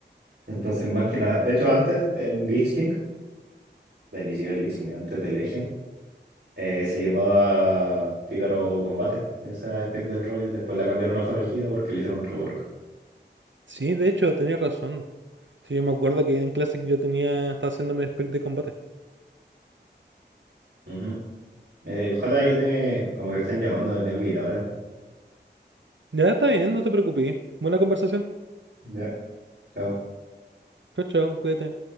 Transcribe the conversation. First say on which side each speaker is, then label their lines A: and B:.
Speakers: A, on the right; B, on the right.
A: Entonces, más que nada, de hecho, antes en Lich King, eh, ni siquiera Lich King, antes de Legion, eh, se llamaba Pícaro Combate, esa spec del Rocket. Después la cambiaron a forajido porque le hicieron un rework.
B: Sí, de hecho, tenías razón. Sí, yo me acuerdo que en clase yo tenía, estaba haciéndome spec de combate.
A: Ujú. Eh, ojalá yo te... como que están llamando, me tengo que ir ahora.
B: Ya está bien, no te preocupes. Buena conversación.
A: Ya, chao.
B: Chao, chao, cuídate.